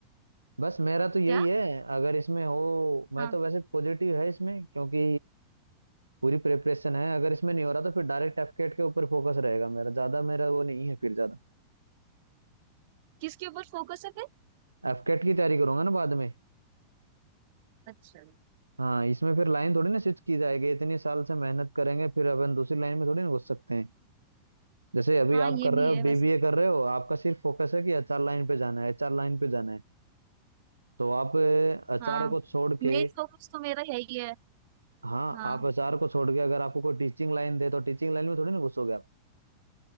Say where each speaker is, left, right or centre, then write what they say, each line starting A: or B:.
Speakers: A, on the right; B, on the right.
A: बस मेरा तो यही
B: क्या
A: है अगर इसमें हो मैं
B: हाँ
A: तो वैसे पॉजिटिव है इसमें क्योंकि पूरी प्रिपरेशन है अगर इसमें नहीं हो रहा तो फिर डायरेक्ट एफकेट के ऊपर फोकस रहेगा मेरा ज्यादा मेरा वो नहीं है फिर ज्यादा
B: किसके ऊपर फोकस है फिर
A: एफकेट की तैयारी करूंगा ना बाद में
B: अच्छा
A: हाँ इसमें फिर लाइन थोड़ी ना स्विच की जाएगी इतने साल से मेहनत करेंगे फिर अपन दूसरी लाइन में थोड़ी ना घुस सकते हैं जैसे अभी
B: हाँ
A: आप
B: ये
A: कर
B: भी
A: रहे हो
B: है वैसे
A: बीबीए कर रहे हो आपका सिर्फ फोकस है कि एचआर लाइन पे जाना है एचआर लाइन पे जाना है तो आप अ, अचार
B: हाँ
A: को छोड़
B: मेन
A: के
B: फोकस तो मेरा है ही है
A: हाँ
B: हाँ
A: आप अचार को छोड़ के अगर आपको कोई टीचिंग लाइन दे तो टीचिंग लाइन में थोड़ी ना घुसोगे आप